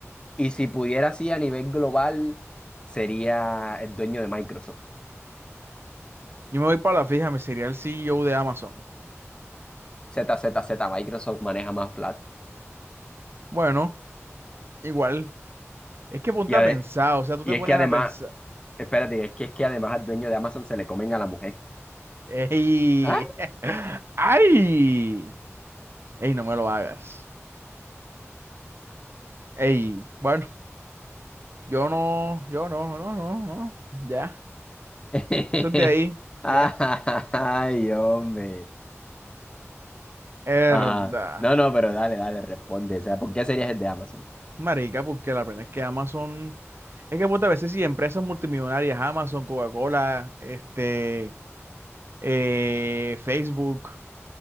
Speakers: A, on the left (about 20°); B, on the right (about 50°).
A: y si pudiera así a nivel global, sería el dueño de Microsoft.
B: yo me voy para la fija, me sería el CEO de Amazon.
A: Z Z Z Microsoft maneja más plata.
B: Bueno, igual. Es que ponte
A: Y, ade-
B: a pensar, o sea, tú
A: y
B: te
A: es
B: pones
A: que además,
B: a pensar.
A: espérate, es que, es que además al dueño de Amazon se le comen a la mujer.
B: Ey,
A: ¡Ah!
B: <laughs> ay, ey, no me lo hagas. Ey, bueno, yo no, yo no, no, no, no, ya,
A: <laughs>
B: eso es de ahí, ya.
A: Ay, hombre.
B: Herda,
A: Ajá. No, no, pero dale, dale, responde. O sea, ¿por qué serías el de Amazon?
B: marica, porque la pena es que Amazon, es que pues, a veces sí, empresas multimillonarias, Amazon, Coca-Cola, este, eh, Facebook,